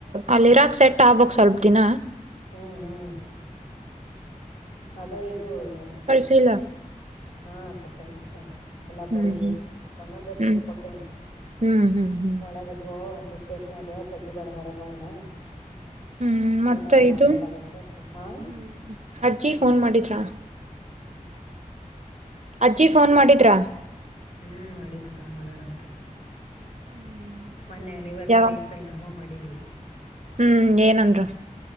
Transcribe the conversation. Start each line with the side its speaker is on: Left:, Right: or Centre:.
Right: ಅಲ್ಲಿ ಇರಾಕ್ ಸೆಟ್ಟಾಬಕ್ ಸ್ವಲ್ಪ ದಿನ
Left: ಹ್ಮ್ ಹ್ಮ್ ಅದ ಇದು ಏನ
Right: ಸಲ
Left: ಹಾ ಕೊಟ್ಟೇನೆ ಕೊಟ್ಟೇನೆ ಎಲ್ಲ
Right: ಹ್ಮ್
Left: ಬರುದು
Right: ಹ್ಮ್
Left: ಒಂದೊಂದಷ್ಟಿಪ್
Right: ಹ್ಮ್
Left: ಕೊಟ್ಟೇನೆ
Right: ಹ್ಮ್ ಹ್ಮ್ ಹ್ಮ್
Left: ಒಳಗ ಇಟ್ವೊ ಸುಕ ಸ್ನಯಾಗ ತೆಗಿಬ್ಯಾಡ ಹೊರಗ ಅವನ್ನ
Right: ಹ್ಮ್ ಮತ್ತೆ
Left: ಏನಾರು ಆರಾಮ್
Right: ಇದು
Left: ಇಲ್ದಾಗ ಅಷ್ಟತ್ ಹಾ
Right: ಹ್ಮ್ ಅಜ್ಜಿ ಫೋನ್ ಮಾಡಿದ್ರಾ ಅಜ್ಜಿ ಫೋನ್ ಮಾಡಿದ್ರಾ
Left: ಹ್ಮ್ ಮಾಡಿದ್ರ ಅರಾಮದಾರ ಅಂತ
Right: ಹ್ಮ್
Left: ಮೊನ್ನೆ ಅನಿವರ್ಸರಿ
Right: ಯಾವ
Left: ಇತ್ತಲ ನಾವ ಮಾಡಿದ್ವಿ
Right: ಹ್ಮ್ ಏನಂದ್ರು